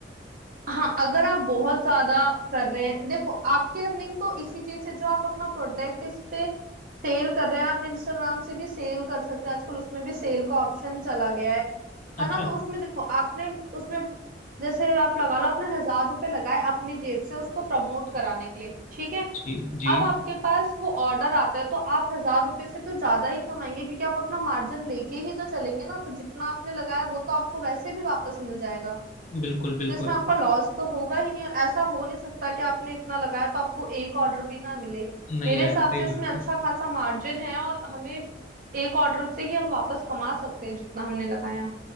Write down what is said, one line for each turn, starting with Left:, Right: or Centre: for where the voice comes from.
Right: हाँ अगर आप बहुत ज्यादा कर रहे हैं देखो आपकी अर्निंग तो इसी चीज से जो आप अपना प्रोडक्ट इस पे सेल कर रहे हैं आप इंस्टाग्राम से भी सेल कर सकते हैं आजकल उसमें भी सेल का ऑप्शन चला गया है
Left: अच्छा
Right: है ना तो उसमें देखो आपने उसमें जैसे आप लगा लो आपने हजार रुपए लगाए अपनी जेब से उसको प्रमोट कराने के लिए ठीक है
Left: जी जी
Right: अब आपके पास वो ऑर्डर आता है तो आप हजार रुपए से तो ज्यादा ही कमाएंगे क्योंकि आप अपना मार्जिन लेके ही तो चलेंगे ना तो जितना आपने लगाया वो तो आपको वैसे भी वापस मिल जाएगा
Left: बिल्कुल बिल्कुल
Right: तो इसमें आपका लॉस तो होगा ही नहीं और ऐसा हो नहीं सकता कि आपने इतना लगाया तो आपको एक ऑर्डर भी ना मिले
Left: नहीं
Right: मेरे
Left: है
Right: हिसाब
Left: सही
Right: से इसमें
Left: बात
Right: अच्छा
Left: है
Right: खासा मार्जिन है और हमें एक ऑर्डर से ही हम वापस कमा सकते हैं जितना हमने लगाया